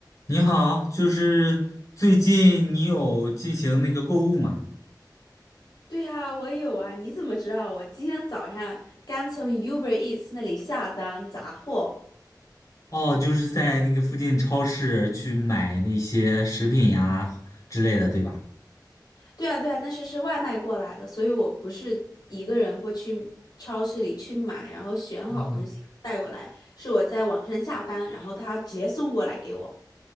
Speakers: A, on the left; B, on the left.
A: 你好，就是最近你有进行那个购物吗？
B: 对啊，我有啊，你怎么知道？我今天早上刚从 Uber Eats 那里下单杂货。
A: 哦，就是在那个附近超市去买那些食品呀之类的，对吧？
B: 对啊，对啊，但是是外卖过来的，所以我不是一个人过去超市里去买，然后选好东西带过来，
A: 嗯，
B: 是我在网上下单，然后他直接送过来给我。